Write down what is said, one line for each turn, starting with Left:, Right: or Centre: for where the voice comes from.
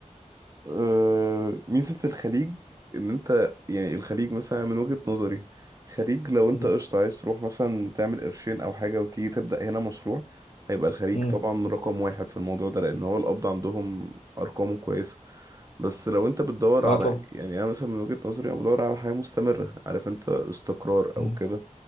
Right: أه ميزة الخليج ان انت يعني الخليج مثلا من وجهة نظري خليج لو انت
Left: مم.
Right: قشطة عايز تروح مثلا تعمل قرشين او حاجة وتيجي تبدأ هنا مشروع هيبقى الخليج
Left: مم.
Right: طبعا رقم واحد في الموضوع ده لان هو القبض عندهم ارقامه كويسة بس لو انت بتدور
Left: اه
Right: على
Left: طبعا
Right: يعني انا مثلا من وجهة نظري انا بدور على حياة مستمرة عارف انت استقرار او
Left: مم.
Right: كده